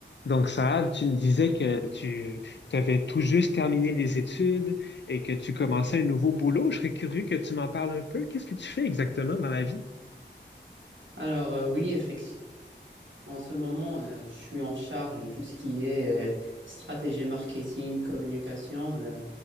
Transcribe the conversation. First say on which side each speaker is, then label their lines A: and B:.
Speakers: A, on the left (about 70°); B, on the right (about 85°).
A: Donc, Saad, tu me disais que tu avais tout juste terminé les études et que tu commençais un nouveau boulot. Je serais curieux que tu m'en parles un peu. Qu'est-ce que tu fais exactement dans la vie?
B: Alors euh, oui, effectivement, en ce moment, euh, je suis en charge de tout ce qui est euh, stratégie marketing, communication euh,